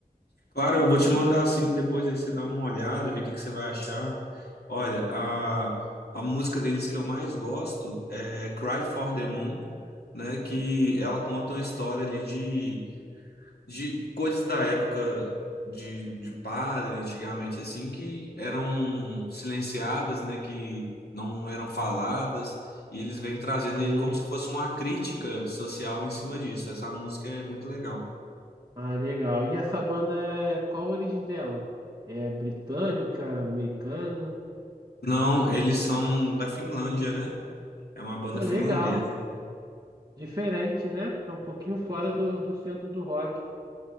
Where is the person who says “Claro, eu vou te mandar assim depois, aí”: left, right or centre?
Left